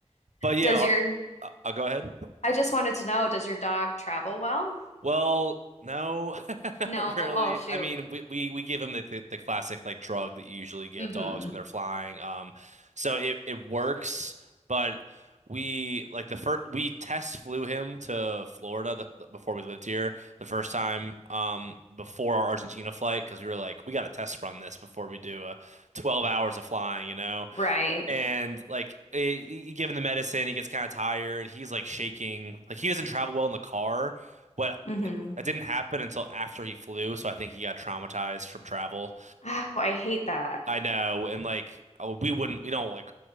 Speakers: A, on the right; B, on the left.
A: But yeah,
B: Does
A: are-
B: your
A: I- I'll go ahead.
B: I just wanted to know, does your dog travel well?
A: Well, no, <laughs> not
B: No.
A: really.
B: Oh, shoot.
A: I mean, we, we, we give them the, the the classic like drug that you usually give
B: Mm-hmm.
A: dogs when they're flying. Um, so it, it works, but we like the first we test flew him to Florida the, the- before we lived here the first time um before our Argentina flight because we were like we got to test run this before we do uh 12 hours of flying, you know.
B: Right.
A: And like eh, he, given the medicine, he gets kind of tired. He's like shaking. Like he doesn't travel well in the car, but
B: Mm-hmm.
A: that didn't happen until after he flew. So I think he got traumatized from travel.
B: Oh, I hate that.
A: I know. And like oh, we wouldn't, we don't like,